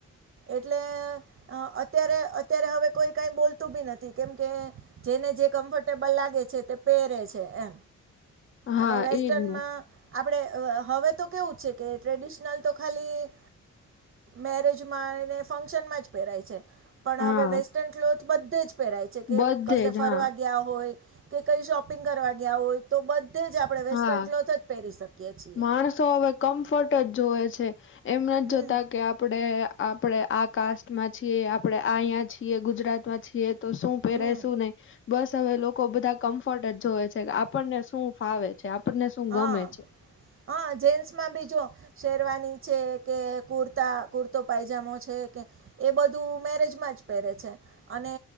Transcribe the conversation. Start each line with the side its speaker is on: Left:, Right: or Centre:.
Right: એટલે. અત્યારે અત્યારે હવે કોઈ કઈ બોલતું બી નથી કેમ કે જેને જે કમ્ફર્ટેબલ લાગે. છે તે પહેરે છે એ
Left: હા
Right: અને વેસ્ટનમાં.
Left: એજ ને
Right: આપણે હવે તો કેવું જ છે કે ટ્રેડિશનલ તો ખાલી મેરેજમાં. ફંક્શન માં. પહેરાય છે પણ
Left: હા
Right: હવે વેસ્ટર્ન ક્લોથ બધે જ પહેરાય છે કે
Left: બધે
Right: કશે
Left: જ
Right: ફરવા
Left: હા
Right: ગયા હોય. કે કઈ શોપિંગ કરવા ગયા હોય તો બધે જ આપડણે વેસ્ટર્ન
Left: હા
Right: ક્લોથ જ પહેરી શકીએ. છીએ
Left: માણસો હવે કમ્ફર્ટ જ જોવે છે એમ નથી
Right: હમ
Left: જોતા કે આપડે. આપણે આ કાસ્ટમાં છીએ આપણે આ અહીંયા છીએ ગુજરાતમાં છીએ. તો શું પહેરા
Right: હમ
Left: શું નહી. બસ હવે લોકો બધા કમ્ફર્ટ જ જોવે છે કે આપણને શું ફાવે છે આપણને શું
Right: હા
Left: ગમે છે.
Right: હા જેન્સમાં બી જો શેરવાની છે કે કુર્તા કુર્તો પાયજામો છે. એ બધું મેરેજમાં જ પહેરે છે અને